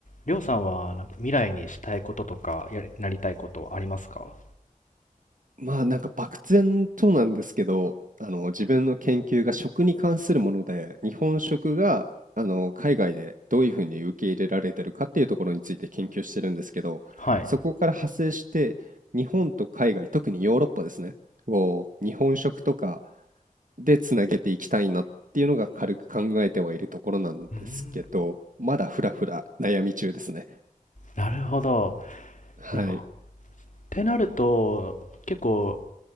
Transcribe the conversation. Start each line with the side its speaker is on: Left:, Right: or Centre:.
Left: りょうさんはなんか未来にしたいこととかやりなりたいことありますか
Right: まあなんか漠然となんですけど、あの自分の研究が食に関するもので、日本食があの海外でどういうふうに受け入れられてるかっていうところについて研究してるんですけど、
Left: はい。
Right: そこから派生して日本と海外、特にヨーロッパですね、を日本食とかでつなげていきたいなっていうのが軽く考えてはいるところなんですけど、
Left: うーん。
Right: まだふらふら悩み中ですね。
Left: なるほど。
Right: はい、
Left: 日本ってなると、結構、